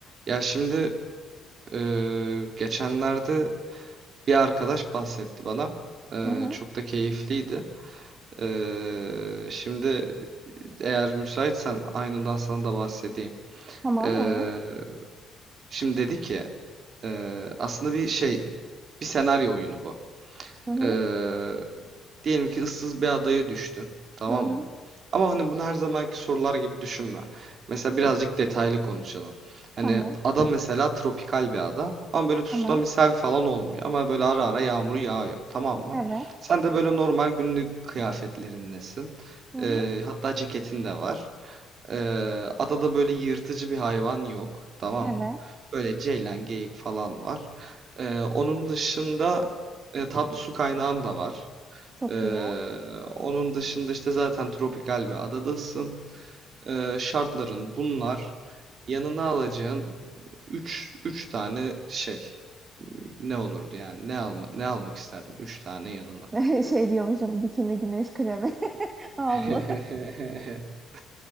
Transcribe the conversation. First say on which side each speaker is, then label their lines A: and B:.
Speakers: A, on the right; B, on the right.
A: Ya şimdi eee, geçenlerde bir arkadaş bahsetti bana. Eee,
B: Hı hı.
A: çok da keyifliydi. Eee, şimdi eğer müsaitsen aynından sana da bahsedeyim.
B: Tamam
A: Eee,
B: olur.
A: şimdi dedi ki eee, aslında bir şey bir senaryo oyunu bu.
B: Hı hı.
A: Ee, diyelim ki ıssız bir adaya düştün. Tamam
B: Hı hı.
A: mı? Ama hani bunu her zamanki sorular gibi düşünme. Mesela birazcık detaylı konuşalım. Hani
B: Tamam.
A: ada mesela tropikal bir ada. Ama böyle tsunamisel
B: Tamam.
A: falan olmuyor. Ama böyle ara ara yağmur yağıyor. Tamam mı?
B: Evet.
A: Sen de böyle normal günlük kıyafetlerindesin.
B: Hı hı.
A: Ee, hatta ceketin de var. Ee, adada böyle yırtıcı bir hayvan yok, tamam
B: Evet.
A: mı? Böyle ceylan, geyik falan var. Ee, onun dışında e, tatlı su kaynağın da var.
B: Çok
A: Ee,
B: iyi.
A: onun dışında işte zaten tropikal bir adadasın. Ee, şartların bunlar. Yanına alacağın üç üç tane şey. Ne olurdu yani? Ne alma, ne almak isterdin 3 tane yanına?
B: <laughs> Şey diyormuşum bikini güneş kremi <laughs> havlu.
A: <laughs>
B: <laughs>